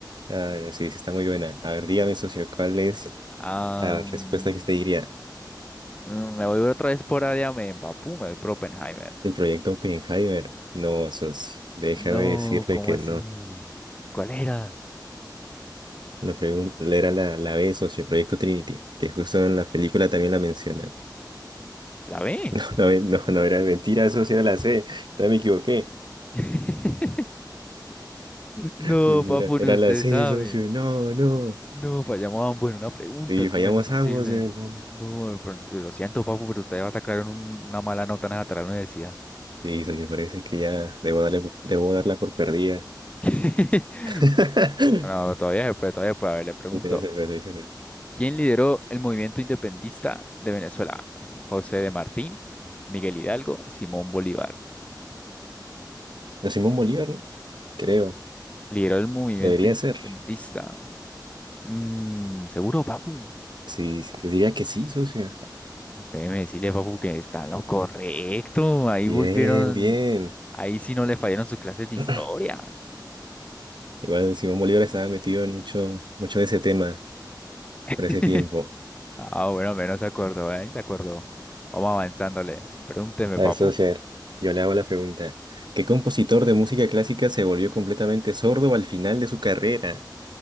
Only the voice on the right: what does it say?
Ah, sí, sí, está muy buena. A ver, dígame, socio, ¿cuál es
la respuesta
que usted diría
del proyecto Oppenheimer? No, socio, déjame
decirle
que
no.
La pregunta era la, la B, socio, Proyecto Trinity, que justo en la película también la mencionan.
<laughs> No, no, no era mentira, socio, era la C. También me equivoqué.
Sí, sí,
era,
era
la C,
socio. No, no.
sí
fallamos
ambos, eh, no.
Sí, socio, parece que ya debo darle, por- debo darla por perdida.
<laughs>
Sí, debe ser, debe ser.
No, Simón Bolívar, ¿no? Creo.
Debería
ser.
Sí, sí, yo diría que sí, socio.
Bien,
bien.
<clears throat> Igual Simón Bolívar estaba metido en mucho, mucho de ese tema.
por ese tiempo.
A
ver, socio, a ver, yo le hago la pregunta. ¿Qué compositor de música clásica se volvió completamente sordo al final de su carrera?